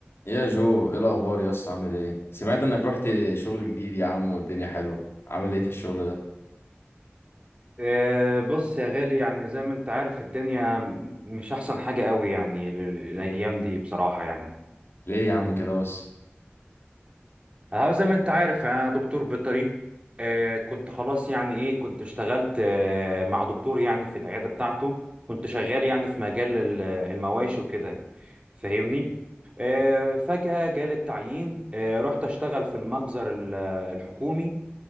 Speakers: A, on the left; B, on the right.
A: يا جو ايه الاخبار يا اسطى عامل ايه سمعت انك رحت شغل جديد يا عم والدنيا حلوه عامل ايه في الشغل ده
B: آه، بص يا غالي يعني زي ما انت عارف الدنيا مش احسن حاجة قوي يعني ال- الايام دي بصراحة يعني
A: ليه يا عم كده بس
B: اه زي ما انت عارف انا دكتور بيطري آه، كنت خلاص يعني ايه كنت اشتغلت آه، مع دكتور يعني في العيادة بتاعته كنت شغال يعني في مجال ال- المواشي وكده فاهمني آه، فجأة جالي التعيين آه، رحت اشتغل في المجزر ال- الحكومي